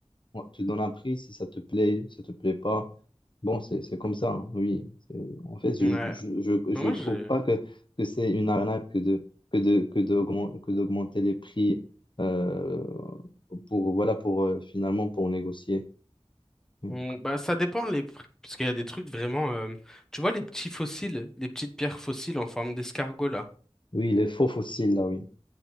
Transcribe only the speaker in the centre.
Ouais.
Mais Moi,
j'ai...
on- Bah, ça dépend les prix, parce qu'il y a des trucs vraiment... euh, Tu vois, les petits fossiles, les petites pierres fossiles en forme d'escargot, là.